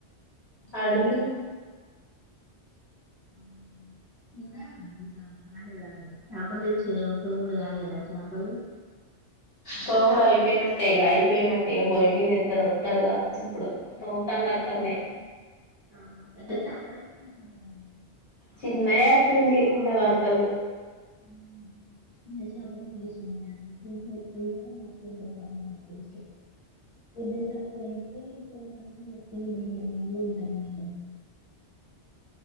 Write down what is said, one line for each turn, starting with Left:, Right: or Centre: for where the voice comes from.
Left: అడిగిన
Right: ఉ కూర కాలేదా అండి చేపలు తేచ్చేదేమో తోముకూడదా కాలేదా చేపలు <inaudible>
Left: కోముడు అయిపోయినట్టే ఇక అయిపోయినట్టే ఇక పోయి మీద వస్తాడు వస్తాడు కాచ్చు ఇప్పుడు తోగుతాంది అక్కడనే
Right: ఆహా పెద్ద చేపల చిన్న చాపలా అండి
Left: చిన్నయే అట్టుంది బుడ్డ వర్కలు
Right: ఉహు చిన్న చేపలె తీసుకున్నయండి, చిన్న చేపలు గుడ తింటె కమ్మగా టెస్టు, పెద్ద చేపలయితే ఇప్పుడు ర ఒప్పం <unintelligible> వేడి వేడి ఉంటయండి